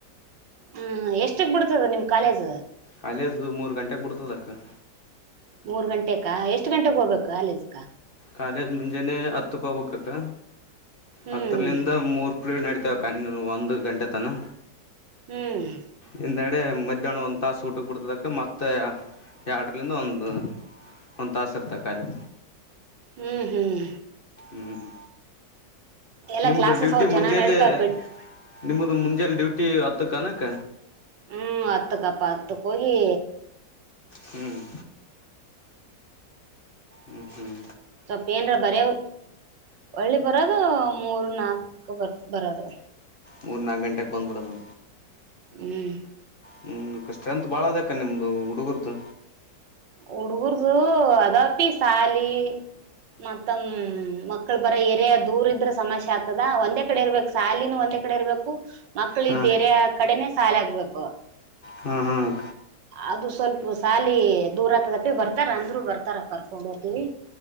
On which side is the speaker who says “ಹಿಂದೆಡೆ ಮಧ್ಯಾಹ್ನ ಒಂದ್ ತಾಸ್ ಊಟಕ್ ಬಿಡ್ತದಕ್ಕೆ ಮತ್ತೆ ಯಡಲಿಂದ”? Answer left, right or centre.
Left